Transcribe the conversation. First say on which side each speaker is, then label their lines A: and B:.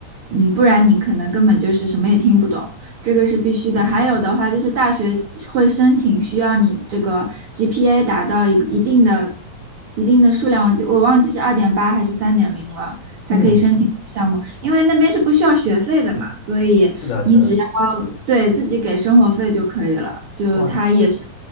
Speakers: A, on the right; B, on the left.
A: 嗯，不然你可能根本就是什么也听不懂，这个是必须的。还有的话就是大学会申请需要你这个 GPA 达到一个一定的一定的数量，我记我忘记是二点八还是三点零了，才可以申请这个项目，
B: 嗯，
A: 因为那边是不需要学费的嘛，所以你只要。
B: 是的，是的。
A: 对，自己给生活费就可以了，就他也是
B: 哇，